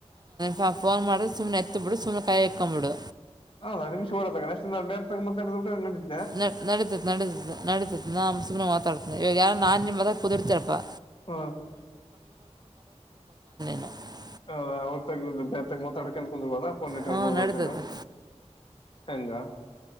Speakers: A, on the right; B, on the left.
A: ಹಾಂ ಫೋನ್ ಮಾಡಿದ್ರೆ ಸುಮ್ಮನೆ ಎತ್ತಬಿಡು ಸುಮ್ಮ್ನೆ ಕಾಯ ಎಕ್ಕೊಂಬಿಡು.
B: ಹಾ ನಿಮಿಷ ೋದಾಗ ನೆ ನ ಬೇ ತಗಂತಬ ಬಿಟ್ಟೆ.
A: ನ ನಡೀತತ್ ನಡೀತತ್ ನಡಿತತ ನಾ ಸುಮ ಮಾತಾಡ್ತೇನನೆ ಇವಾಗ ಯಾರು ನಾನ್ ನಿಮ್ಮ ಮದ ಕುದುಿರ್ತರಪ್ಪಾ
B: ಹ
A: <unintelligible> <inaudible>
B: ಹ ಅವ್ರ ತಗ ಬೇರೆ ತಗ ಮ ಮಾತಡಕ ಅಂತ ಕುಂದ್ರುವದ ಪಣಿಟ್ಟಬಿ
A: ಹ್ಞೂ ನಡೀತೈತೆ
B: ಹಂಗ